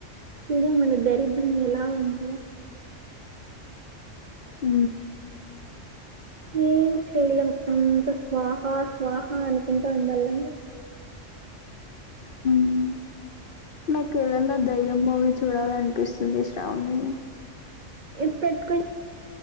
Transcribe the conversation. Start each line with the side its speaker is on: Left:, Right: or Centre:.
Right: చూడె మన దరిద్రం ఎలా ఉంది
Left: ఉ
Right: ఏం చెయలేం అంత స్వాహ స్వాహ అనుకుంట ఉండల్లా ఇంగ
Left: హ్మ్ నాకు ఏదన్న దయ్యం మూవీ చూడాలనిపిస్తుంది శ్రావనీ.
Right: ఇప్ పెట్కొన్